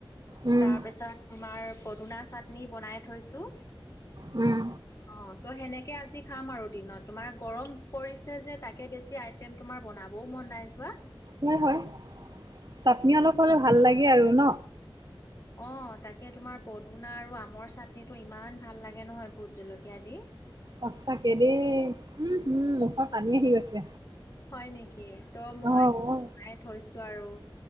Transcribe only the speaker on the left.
তাৰ পিছত তোমাৰ পদুনা চাটনি বনাই থৈছোঁ।
অ, ত' সেনেকে আজি খাম আৰু দিনত তোমাৰ গৰম পৰিছে যে তাকে বেছি আ ম তোমাৰ বনাবও মন নাই যোৱা।
অ, তাকে তোমাৰ পদুনা আৰু আমৰ চাটনিটো ইমান ভাল লাগে নহয় ভোট জলকীয়া দি।
হয় নেকি ত' মই
বনাই থৈছোঁ আৰু।